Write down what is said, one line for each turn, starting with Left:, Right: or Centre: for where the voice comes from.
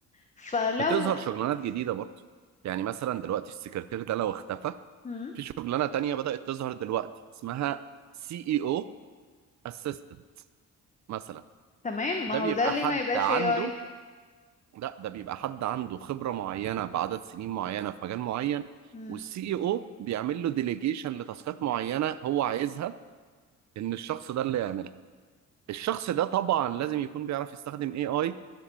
Left: فلو
Right: بتظهر شغلانات جديدة برضه يعني مثلا دلوقتي السكرتير ده لو اختفى
Left: مم.
Right: في شغلانة تانية بدأت تظهر دلوقتي اسمها سي اي او اسيستنت مثلا
Left: تمام
Right: ده
Left: ما هو
Right: بيبقى
Left: ده ليه
Right: حد
Left: ما يبقاش
Right: عنده
Left: AI
Right: لا ده بيبقى حد عنده خبرة معينة بعدد سنين معينة في مجال معين
Left: مم.
Right: والسي اي او بيعمل له ديليجيشن لتاسكات معينة هو عايزها إن الشخص ده اللي يعملها الشخص ده طبعا لازم يكون بيعرف يستخدم اي اي